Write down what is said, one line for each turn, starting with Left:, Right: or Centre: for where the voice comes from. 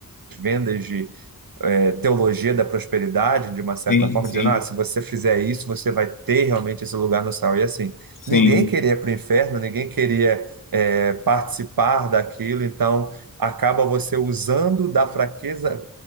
Right: vendas de é, teologia da prosperidade, de uma certa
Left: Sim,
Right: forma,
Left: sim,
Right: dizendo, ah, se você fizer isso, você vai ter realmente esse lugar no céu. E assim,
Left: sim.
Right: ninguém queria ir para o inferno, ninguém queria é, participar daquilo, então acaba você usando da fraqueza,